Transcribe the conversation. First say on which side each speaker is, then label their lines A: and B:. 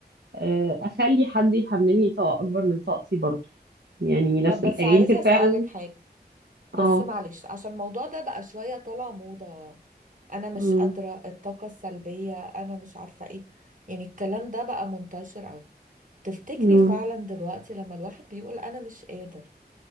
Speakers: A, on the right; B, on the right.
A: آه، اخلي حد يحملني طاقه اكبر من طاقتي برضه يعني نفس
B: طب بس
A: الحاجه
B: عايزة
A: يمكن فعلا
B: اسألك حاجة بس
A: اه
B: معلش عشان الموضوع ده بقى شوية طالع موضة انا مش
A: امم
B: قادرة الطاقة السلبية انا مش عارفة ايه يعني الكلام ده بقى منتشر اوي تفتكري
A: امم
B: فعلا دلوقتي لما الواحد بيقول انا مش قادر